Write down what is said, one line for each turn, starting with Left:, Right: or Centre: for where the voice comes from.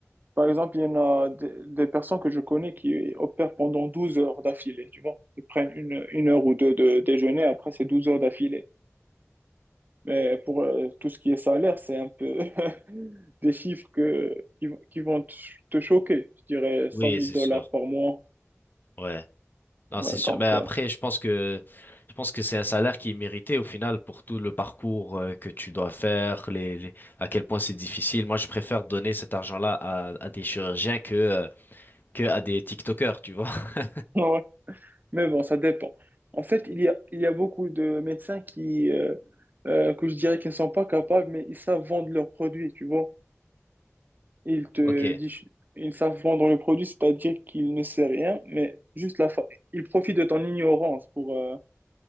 Right: Par exemple, il y en a des, des personnes que je connais qui opèrent pendant 12 heures d'affilée, tu vois. Ils prennent une, une heure ou deux de déjeuner, après c'est 12 heures d'affilée. Mais pour euh, tout ce qui est salaire, c'est un peu <laughs> des chiffres que, qui, qui vont te te choquer. Je dirais cent
Left: Oui,
Right: mille
Left: c'est
Right: dollars
Left: sûr.
Right: par mois.
Left: Ouais. Non,
Right: Ouais,
Left: c'est sûr.
Right: donc,
Left: Ben
Right: euh,
Left: après, je pense que je pense que c'est un salaire qui est mérité au final pour tout le parcours euh, que tu dois faire, les, les- à quel point c'est difficile. Moi, je préfère donner cet argent-là à, à des chirurgiens que euh, que à des TikTokers, tu vois. <laughs>
Right: <laughs> ouais. Mais bon, ça dépend. En fait, il y a, il y a beaucoup de médecins qui, euh, euh, que je dirais qu'ils ne sont pas capables, mais ils savent vendre leurs produits, tu vois. Ils te
Left: Ok.
Right: disent, ils savent vendre le produit, c'est-à-dire qu'ils ne sait rien, mais juste la fa... ils profitent de ton ignorance pour, euh,